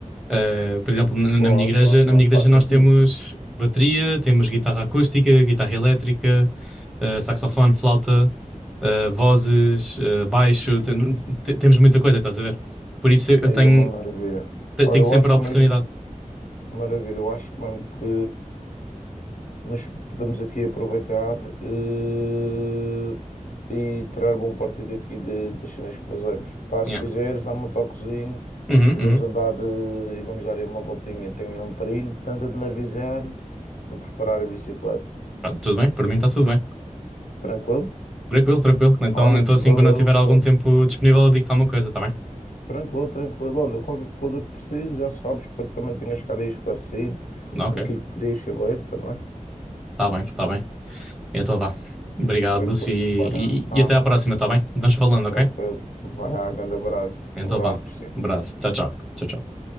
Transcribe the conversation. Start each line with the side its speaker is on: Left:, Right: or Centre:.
Centre: Eh, por exemplo, na, na
Left: Claro,
Centre: minha igreja,
Left: claro, claro.
Centre: na minha igreja
Left: Faz sentido.
Centre: nós temos bateria, temos guitarra acústica, guitarra elétrica, eh, saxofone, flauta, eh, vozes, eh, baixo, tem- te- temos muita coisa, estás a ver? Por isso eu
Left: Aí
Centre: tenho,
Left: é uma maravilha.
Centre: te-
Left: Olha,
Centre: tenho
Left: eu
Centre: sempre
Left: acho
Centre: a oportunidade.
Left: mesmo. Maravilha, eu acho mesmo que nos podemos aqui aproveitar eh, e tirar bom partido aqui de- das cenas que fazemos. Pá, se
Centre: Yeah.
Left: quiseres, dá-me um toquezinho
Centre: Uhum,
Left: e vamos
Centre: uhum.
Left: andar eh, e vamos dar aí uma voltinha. Tenho aí um trilho, estamos a de me avisar para preparar a bicicleta.
Centre: Pronto, tudo bem, por mim está tudo bem.
Left: Tranquilo?
Centre: Tranquilo, tranquilo. Então,
Left: Olha,
Centre: então
Left: valeu.
Centre: assim, quando eu tiver
Left: então.
Centre: algum tempo disponível, eu digo-te alguma coisa, está bem?
Left: Tranquilo, tranquilo. Olha, qualquer coisa que preciso, já sabes, espero que também tenhas ficado aí esclarecido
Centre: Ok.
Left: aquilo que querias saber também.
Centre: Tá bem, tá bem. Então vá. Obrigado,
Left: Tranquilo,
Centre: Lúcio, e,
Left: não
Centre: e
Left: nada.
Centre: e até à próxima, tá bem? Vamos falando, ok?
Left: Tranquilo. Vai lá, grande abraço.
Centre: Então
Left: Um abraço,
Centre: vá.
Left: Cristiano.
Centre: Um abraço. Tchau, tchau. Tchau, tchau.